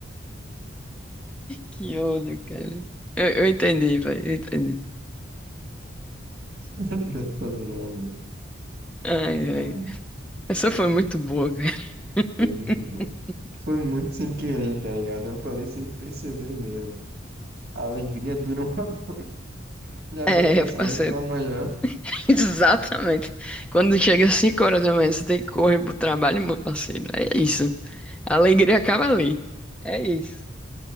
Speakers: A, in the centre; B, on the right.
A: Que ódio, cara. Eu, eu entendi, velho, eu entendi.
B: <laughs> Dura uma noite.
A: Ai,
B: Ai,
A: ai. Essa foi muito boa, cara. <laughs>
B: Foi muito bom. Foi muito sem querer, tá ligado? Eu falei sem perceber mesmo. A alegria dura uma <laughs> noite e a
A: É,
B: depressão
A: é, parceiro.
B: vem pela manhã.
A: <laughs> Exatamente. Quando chega às 5 horas da manhã, você tem que correr pro trabalho, meu parceiro. É isso. A alegria acaba ali. É isso.